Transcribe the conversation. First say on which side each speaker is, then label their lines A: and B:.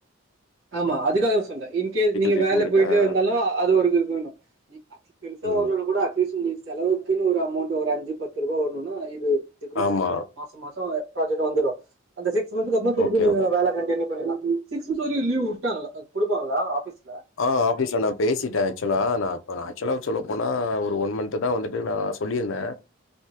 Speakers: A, on the right; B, on the left.
A: ஆமா அதுக்காக சொன்னே இன்கேஸ் நீங்க
B: ட்ரீட்மெண்ட்க்கு
A: வேலை போய்ட்டு
B: ஆ
A: வந்தாலு அது ஒரு இன்கம் தா பெருசாவர்லனா
B: ம்
A: கூட அட்லீஸ்ட்டு உங்களுக்கு செலவு க்குனு ஒரு அமௌண்ட் ஒரு அஞ்சு பத்து ரூபா வர்ணும்னா இது இந்த குருப்ல
B: ஆமா
A: மாசோ மாசோ ப்ராஜெக்ட்டு வந்துரு அந்த சிக்ஸ் மந்த்க்கு அப்றோ திருப்பி
B: ஓகே ஓ
A: நீங்க வேல கண்டின்யூ பண்ணிகலா சிக்ஸ் <inaudible> லீவ் வுட்டாங்களா குடுப்பாங்களா ஆபீஸ்ல
B: ஆ ஆபீஸ்ல நா பேசிட்டே ஆக்சுவலா நா இப்ப நா ஆக்சுவலா சொல்லப் போனா ஒரு ஒன் மந்த்து தா வந்துட்டு நா சொல்லிருந்தே